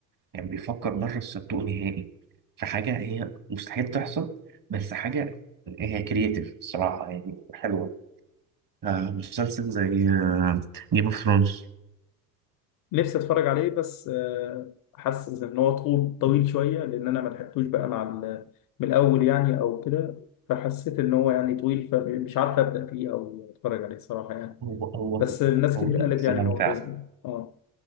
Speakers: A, on the right; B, on the left.
A: يعني بيفكر بره الصندوق نهائي في حاجة هي مستحيل تحصل بس حاجة هي كرييتيف الصراحة يعني حلوة آه، مسلسل زي جيم اوف ثرونز
B: نفسي اتفرج عليه بس آه، حاسس ان هو طول طويل شويه لان انا ما لحقتوش بقى مع ال- من الاول يعني او كده فحسيت ان هو يعني طويل فمش عارف ابدا فيه او اتفرج عليه الصراحه يعني
A: هو هو
B: بس الناس
A: طويل
B: كتير قالت
A: بس
B: يعني
A: ممتع
B: ان هو كويس جدا اه